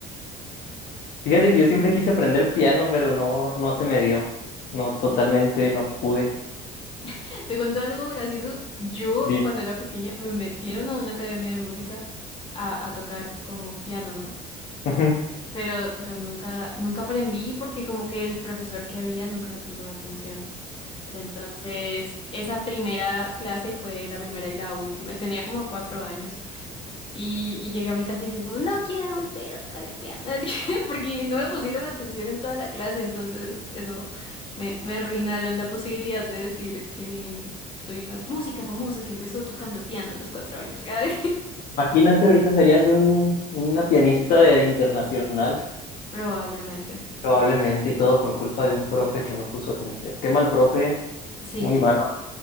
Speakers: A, on the left; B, on the left.
A: Fíjate que yo siempre quise aprender piano, pero no, no se me dio. No, totalmente no pude.
B: <laughs> Te cuento algo gracioso. Yo
A: Di-
B: cuando era pequeña me metieron a una academia de música a, a tocar como piano, ¿no?
A: Ujú.
B: Pero, pero nunca, nunca aprendí porque como que el profesor que había nunca me puso atención. Entonces, esa primera clase fue la primera y la última. Tenía como cuatro años. Y, y llegué a mi casa diciendo como, no quiero volver a tocar el piano. <laughs> Porque no me pusieron atención en toda la clase. Entonces, eso me, me arruinaron la posibilidad de decir que soy una música famosa que empezó tocando piano a los cuatro años. <laughs>
A: Imagínate, ahorita serías un, una pianista de internacional,
B: Probablemente.
A: probablemente, y todo por culpa de un profe que no puso atención. Qué mal profe,
B: Sí.
A: muy malo.